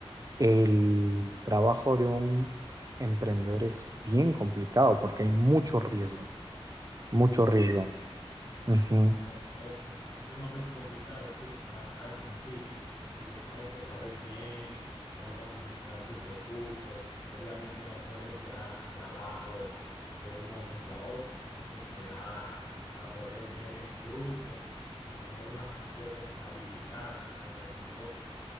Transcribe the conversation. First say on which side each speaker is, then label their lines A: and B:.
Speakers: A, on the right; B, on the left.
A: el trabajo de un emprendedor es bien complicado porque hay mucho riesgo, mucho
B: Sí, sí.
A: Sí, riesgo. Ujú.
B: Es, es, es sumamente complicado, sí, y más al principio, porque tienes que saber bien cómo administrar tus recursos. Obviamente no puedes dejar tu trabajo de un momento a otro, tienes que esperar a poder ver frutos y tener una cierta estabilidad en cuanto a tu negocio